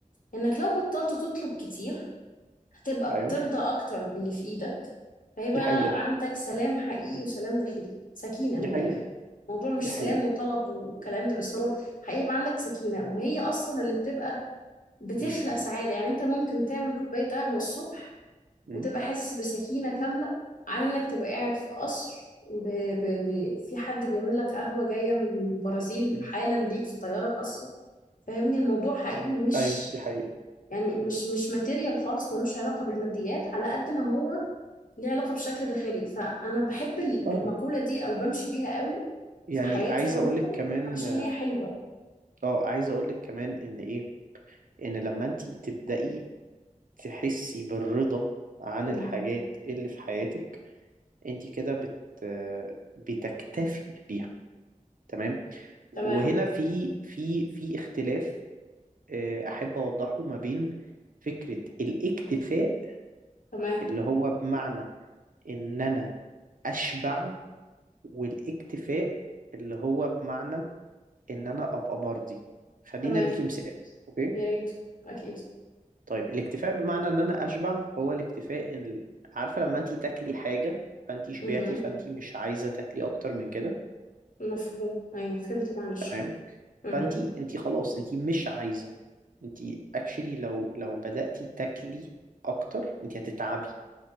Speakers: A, on the left (about 80°); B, on the right (about 85°).
A: إنك لو بطلت تطلب كتير هتبقى
B: أيوه
A: بترضى أكتر باللي في إيدك فيبقى
B: دي حقيقة
A: عندك سلام حقيقي وسلام داخلي سكينة
B: دي
A: من الآخر
B: حقيقة
A: الموضوع مش
B: دي حقيقة
A: سلام وطلب والكلام ده بس هو حقيقي يبقى عندك سكينة وهي أصلا اللي بتبقى بتخلق
B: مم.
A: سعادة يعني أنت ممكن تعمل كوباية قهوة الصبح
B: مم.
A: وتبقى حاسس بسكينة كاملة عن إنك تبقى قاعد في قصر ب... ب... ب... في حد بيعمل لك قهوة جاية من البرازيل
B: مم.
A: حالا ليك في طيارة خاصة فاهمني الموضوع حقيقي مش
B: أيوه دي حقيقة
A: يعني مش مش ماتيريال خالص ملوش علاقة بالماديات على قد ما هو ليه علاقة بشكل داخلي فأنا بحب ال-
B: اه
A: المقولة دي أو بمشي بيها قوي
B: يعني
A: في حياتي
B: عايز
A: عموما
B: أقولك كمان
A: علشان هي حلوة
B: اه عايز أقولك كمان إن إيه إن لما أنتي تبدأي تحسي بالرضا عن
A: مهم.
B: الحاجات اللي في حياتك أنتي كده بت بتكتفي بيها تمام وهنا
A: تمام
B: في في في اختلاف آه، احب اوضحه ما بين فكرة الاكتفاء
A: تمام
B: اللي هو بمعنى ان انا اشبع والاكتفاء اللي هو بمعنى ان انا ابقى مرضي خلينا
A: تمام
B: اديكي مثال اوكي
A: يا ريت أكيد
B: طيب الاكتفاء بمعنى ان انا اشبع هو الاكتفاء ال... عارفة لما انتي تاكلي حاجة فانتي شبعتي
A: مهم.
B: فانتي مش عايزة تاكلي اكتر من كده
A: مفهوم أيوه فهمت معنى الشعر
B: تمام
A: مهم.
B: فانت انت خلاص انت مش عايزه انت اكشلي لو لو بدأتي تاكلي اكتر انت هتتعبي